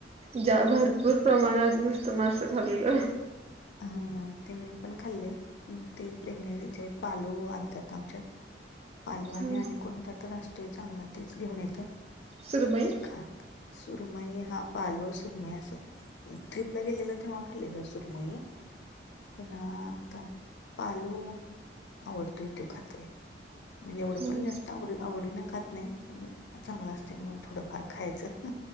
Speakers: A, on the right; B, on the left.
A: ज्या भरपूर प्रमाणात नुसतं मासं खाल्लेलो.
B: हा ते मीपण खाल्लंय. ते प्रेग्नेसी येत पालू आणतात आमच्यात. आलो आणि
A: हम्म
B: आणि कोणता तर असतोय चांगला तेच घेऊन येतात.
A: सुरुमई
B: ते खात सुरमई हा पालो सुरमई असं. ट्रिपला गेलेलो तेव्हा खालेलं सुरमई. पुन्हा आता पालू आवडतंय त्यो खातोय. म्हणजे एवढं
A: हम्म
B: पण जास्त आवड आवडीनं खात नाही, पण चांगलं असतंय म्हणून थोडंफार खायचं.